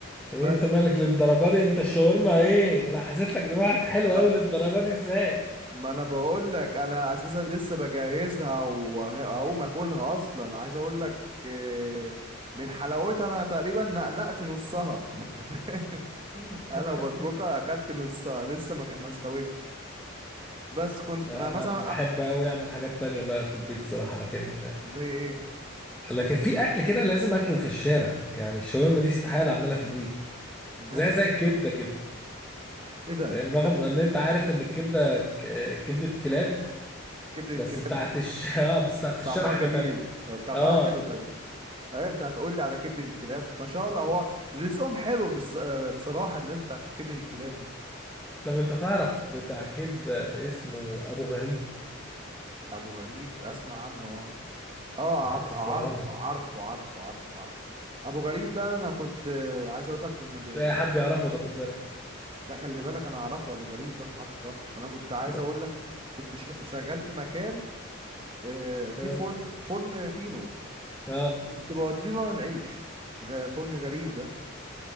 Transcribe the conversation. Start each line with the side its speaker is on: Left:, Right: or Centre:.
Centre: ايه
Right: بس
Centre: انت مالك للدرجه دي انت الشاورما ايه لا حسيت لك دماغك حلوه
Right: ب...
Centre: قوي للدرجه دي ازاي
Right: ما انا بقول لك انا اساسا لسه بجهزها وهقوم اكلها اصلا عايز اقول لك آه، من حلاوتها انا تقريبا نقنقت نصها <laughs> انت فاهم؟ انا
Centre: <laughs>
Right: بطبخها اكلت نصها لسه ما ك- ما استويتش بس كنت
Centre: لا،
Right: أنا
Centre: انا
Right: مثلا
Centre: بحب قوي اعمل حاجات تانية بقى في البيت صراحة لكن
Right: زي ايه
Centre: لكن في اكل كده لازم اكله في الشارع يعني الشاورما دي استحالة اعملها في البيت
Right: لا
Centre: زي
Right: يا
Centre: زي
Right: عم.
Centre: الكبدة كده
Right: ايه ده
Centre: فاهم
Right: انت
Centre: رغم
Right: انت
Centre: ان انت عارف ان الكبدة ك- كبدة كلاب
Right: كبدة الكلاب
Centre: بس بتاعت الش... <laughs> اه بس بتاعت الشارع
Right: طعمها
Centre: حاجة
Right: جميل
Centre: تانية
Right: طعمها
Centre: اه
Right: حلو بتاع دي ايه انت هتقول لي على كبدة الكلاب ما شاء الله هو رزقهم حلو بز... آه، بصراحة الناس بتاعت كبدة الكلاب دي
Centre: طب انت تعرف بتاع كبده اسمه ابو غريب
Right: ابو غريب اسمع عنه اه اه
Centre: محطه
Right: عارف عارفه
Centre: الرمل
Right: عارفه عارفه عارفه عارفه ابو غريب ده انا كنت آه، عايز اقول لك كنا بي...
Centre: مش
Right: يعني
Centre: اي حد يعرفه ده خد بالك
Right: لا خلي بالك انا اعرفه ابو غريب ده في محطة رمل انا كنت عايز
Centre: لا.
Right: اقول لك كنت ش... شغال في مكان آه، في
Centre: اه
Right: فرن فرن فينو
Centre: اه
Right: كنت بوديله انا العيش غ- فرن غريب ده